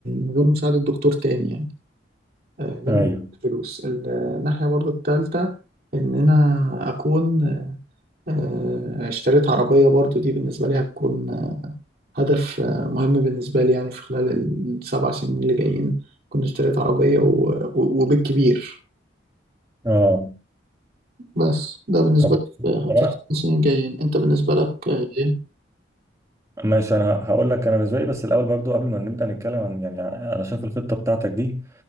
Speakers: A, on the right; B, on the right.
A: من غير مساعدة دكتور تاني يعني آه، ده
B: ايوه
A: من الفلوس الناحية برضو التالتة إن أنا أكون آه، اشتريت عربية برضو دي بالنسبة لي هتكون آه، هدف آه، مهم بالنسبة لي يعني في خلال السبع سنين اللي جايين كنت اشتريت عربية و- و- وبالكبير
B: اه
A: بس ده بالنسبة
B: طب
A: لي
B: طب
A: في في السنين الجايين أنت بالنسبة لك آه، إيه؟
B: ماشي انا هقول لك انا بالنسبه لي بس الاول برضو قبل ما نبدا نتكلم عن يعني انا شايف الخطه بتاعتك دي